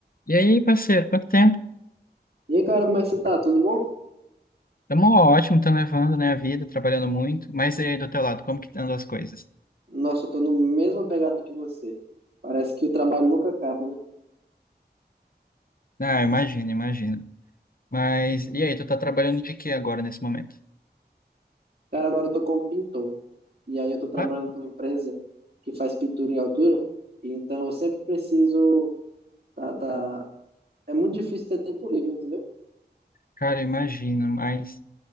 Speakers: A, on the left; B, on the right.
A: E aí, parceiro, quanto tempo?
B: E aí, cara, como é que você tá? Tudo bom?
A: Tamo ótimo, tamo levando, né, a vida, trabalhando muito. Mas e aí, do teu lado, como que andam as coisas?
B: Nossa, eu tô no mesma pegada que você. Parece que o trabalho nunca acaba, né?
A: Ah, eu imagino, imagino. Mas e aí, tu tá trabalhando de quê agora, nesse momento?
B: Cara, agora eu tô como pintor. E aí eu tô trabalhando
A: Ah,
B: pra uma empresa que faz pintura em altura. E então eu sempre preciso. Tá, tá... É muito difícil ter tempo livre, entendeu?
A: Cara, imagino, mas...